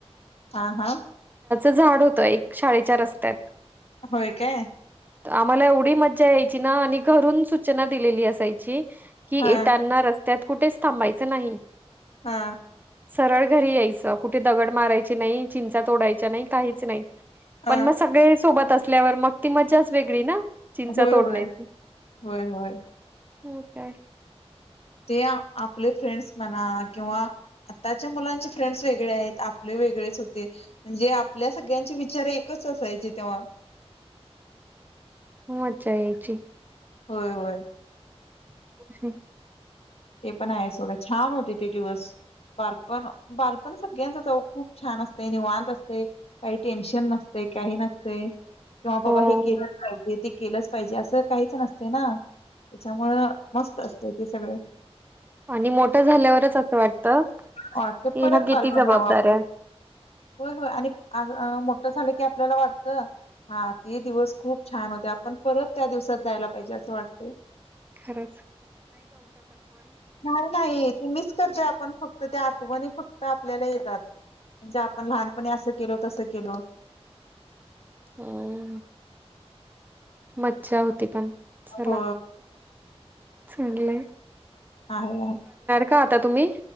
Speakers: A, on the left (about 70°); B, on the right (about 15°).
A: हा हा
B: झाड होत एक शाळेच्या रस्त्यात
A: होय काय?
B: आम्हाला एवढी मज्जा यायची ना, आणि घरून सूचना दिलेली असायची की
A: ह.
B: येताना रस्त्यात कुठेच थांबायचं नाही.
A: हा.
B: सरळ घरी यायचं, कुठे दगड मारायची नाही, चिंच चिंचा तोडायच्या नाही, काहीच नाही,
A: हा.
B: पण मग सगळे सोबत म्हटल्यावर मग ती मजा च वेग ळी ना चिंचा
A: होय
B: तोडण्याची.
A: होय होय होय.
B: मग काय?
A: ते आपले फ्रेंड्स म्हणा किंवा आताच्या मुलांचे फ्रेंड्स वेगळे आहेत आपले वेगळेच होते, म्हणजे आपल्या सगळ्यांचे विचार एकच असायचे तेव्हा.
B: मज्जा यायची.
A: होय होय.
B: अम् <unintelligible>
A: ते पण आहे सोडं छान होते ते दिवस बालपण बालपण सगळ्यांच खूप छान असते निवांत असते काही टेन्शन नसते काही नसते. किंवा बाबा
B: हो
A: हे केले पाहिजे ते केलंच पाहिजे असं काहीच नसते ना त्याच्यामूळ मस्त असतय ते सगळं.
B: आणि मोठं झाल्यावरच असं वाटत की
A: वाटतं परत
B: ह्या किती
A: बालपण
B: जबाबदारऱ्या
A: यावं आपण होय होय आणि मोठं झालं की आपल्याला वाटत हा ते दिवस खूप छान होते आपण परत त्या दिवसात जायला पाहिजे असं वाटते.
B: खरच
A: नाही नाही ते मीच तर जे आपण फक्त त्या आठवणी फक्त आपल्याला येतात ज्या आपण लहानपणी असं केलो तसं केल.
B: हम मज्जा होती पण. चला
A: हो
B: चांगले
A: आहे आहे
B: का आता तुम्ही?